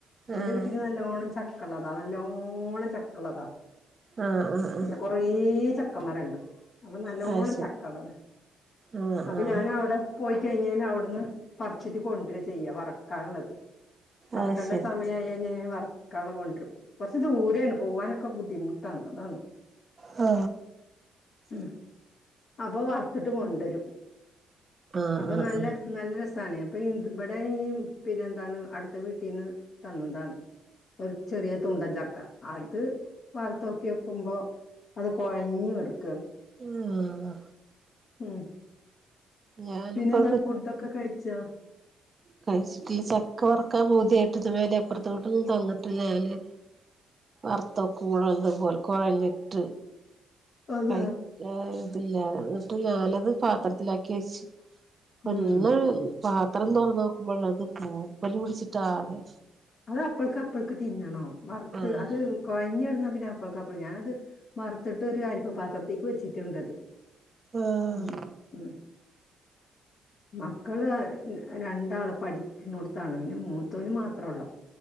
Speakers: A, on the left; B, on the right.
A: എന്റെ
B: ആഹ്
A: വീട്ടിന് നല്ലോണം ച ക്കള്ളതാ നല്ലോണം ചക്കള്ളതാ
B: ആഹ് ആഹ് ആഹ്
A: നല്ല കൊറേ ച മരണ്ട് അപ്പൊ നല്ലോണം
B: അത് ശരി
A: ചക്കള്ളതാ
B: ആഹ്
A: അപ്പൊ
B: ആഹ്
A: ഞാനവ്ടെ പോയി കഴിഞ്ഞാൻ അവടന്ന് പറച്ചിട്ട് കൊണ്ടര ചെയ്യാ വറക്കാൻള്ളത്. വറക്കേണ്ട
B: അത് ശരി
A: സമയേയാ ഞേ വറക്കാള്ളെ കൊണ്ടരും. ദൂരെണ് പോവ്വാനൊക്കെ ബുദ്ധിമുട്ടാണ് അതാണ്
B: ആ.
A: ഉം അപ്പൊ വറത്തിട്ട് കൊണ്ടുരും,
B: ആഹ്
A: അപ്പൊ
B: ആഹ്
A: നല്ല
B: ആഹ്
A: നല്ല രസ ണ് അപ്പൊ ഇ ഇവടെ ഈ പിന്നന്താണ് അടുത്ത വീട്ടീന്ന് തന്നതാണ് ഒരു ചെറിയ തുണ്ടൻച അത്, വറുത്തോക്കി വെക്കുമ്പോ അത് കൊഴഞ്ഞ് കെടുക്കാണ്.
B: ഹാ
A: ഉം
B: ഞാനിപ്പോ
A: പിന്നെന്താ ഫുഡ്ഡൊക്കെ കഴിച്ചാ?
B: കഴിച്ചിട്ട്ല്ല ചക്ക വറക്കാൻ പൂത്യായിട്ട് ഇതുവെരേ അപ്പൊറത്ത വീട്ടിന്ന് തന്ന്ട്ടില്ല ഞാല് വറത്തൊ കൂഴാ കൊഴഞ്ഞിറ്റ്
A: അതാ
B: കഴിക്കാതില്ല ഞാൻ അത് പാത്രത്തിൽ ആക്കി വെച്ച് വന്ന്
A: ഉം
B: പാത്രം തൊറന്നോക്കുമ്പോള്ളത് പൂപ്പല് പിടിച്ച്ട്ടാകെ
A: അത് അപ്പൾക്ക് അപ്പൾക്ക് തിന്നണോ വറുത്ത്
B: ആഹ്
A: അത് കൊഴഞ്ഞെടുന്നാ പിന്നെ അപ്പൾക്ക് അപ്പൾ ഞാനത് വറത്ത്ട്ട് ഒരു അരിപ്പ പാത്രത്തേക്ക് വെച്ചിട്ട്ണ്ടത്
B: ആഹ്
A: ഉം ഉം മക്കള് രണ്ടാള് പഠിക്ക്ണോട്ത്താണ് നീ മൂത്തേന് മാത്രോള്ളോ